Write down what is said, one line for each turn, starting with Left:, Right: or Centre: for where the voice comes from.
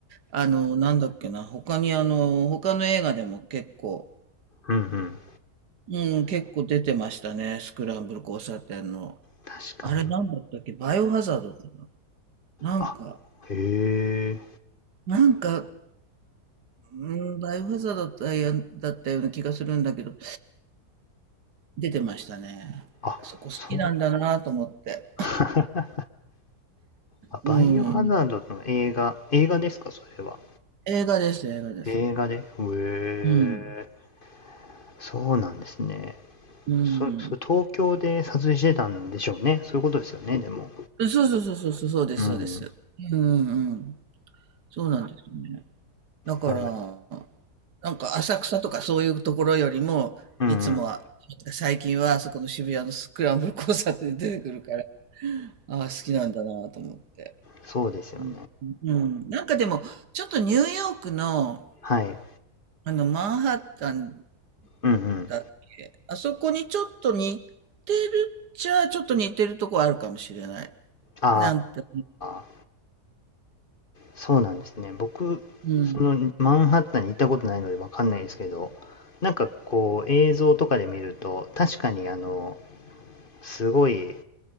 Right: あの、なんだっけな、他にあの、他の映画でも結構、
Left: うんうん。
Right: うん、結構出てましたね、スクランブル交差点の。
Left: 確かに。
Right: あれなんだったっけバイオハザードかななんか、
Left: あ、へえ。
Right: なんか、うん、バイオハザードだったや、だったような気がするんだけど、出てましたね。
Left: あ、
Right: あそこ好きなんだなと思って。
Left: そう。<laughs> あ、
Right: うん。
Left: バイオハザードの映画、映画ですか、それは。
Right: 映画です、映画です。
Left: 映画で。へえ。
Right: うん。
Left: そうなんですね。
Right: うん。
Left: そ、それ東京で撮影してたんでしょうね。そういうことですよね、でも。
Right: そうそうそうそう、そうです、
Left: うん。
Right: そうです。うんうん。そうなんですよね。だから、
Left: まあでも、
Right: なんか浅草とかそういうところよりも、
Left: うんうん。
Right: いつもは、最近はそこの渋谷のスクランブル交差点で出てくるから、ああ、好きなんだなと思って。
Left: そうですよね。
Right: うん、うん。なんかでも、ちょっとニューヨークの、
Left: はい。
Right: あの、マンハッタン
Left: うんうん。
Right: だっけ、あそこにちょっと似てるっちゃ、ちょっと似てるとこあるかもしれない。
Left: あ
Right: なんて、
Left: あ。そうなんですね。僕、
Right: うん。
Left: そのマンハッタンに行ったことないのでわかんないですけど、なんかこう映像とかで見ると、確かにあの、すごい